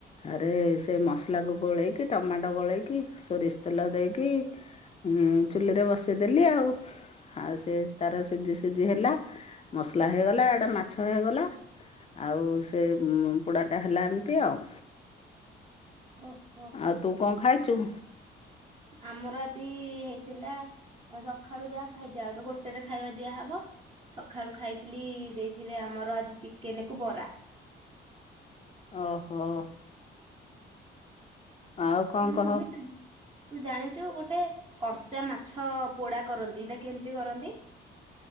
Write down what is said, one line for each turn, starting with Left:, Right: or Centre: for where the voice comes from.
Left: ଆରେ ସେ ମସଲାକୁ ଗୋଳେଇକି ଟମାଟୋ ଗୋଳେଇକି ସୋରିଷ ତେଲ ଦେଇକି ଉଁ ଚୁଲିରେ ବସେଇଦେଲି ଆଉ, ଆଉ ସେ ତାର ସେ ସିଝି ସିଝି ହେଲା ମସଲା ହେଇଗଲା ଇଆଡ଼େ ମାଛ ହେଇଗଲା। ଆଉ ସେ ଉଁ ମ୍ ପୋଡା ଟା ହେଲା ଏମିତି ଆଉ।
Right: ଓହୋ
Left: ଆଉ ତୁ କଣ ଖାଇଚୁ?
Right: ଆମର ଆଜି ହେଇଥିଲା। ଏ ସଖାଳୁ ଯାହା ଖାଇଛି ଆଉ ତ ଗୋଟେରେ ଖାଇବା ଦିଆହବ। ସଖାଳୁ ଖାଇଥିଲି ଦେଇଥିଲେ ଆମର ଆଜି ଚିକେନକୁ ବରା।
Left: ଓହୋଃ ଆଉ କଣ
Right: ହୁଁ ମମି
Left: କହ
Right: <unintelligible> ତୁ ଜାଣିଛୁ ଗୋଟେ କଞ୍ଚା ମାଛ ପୋଡା କରନ୍ତି ସେଇଟା କେମିତି କରନ୍ତି।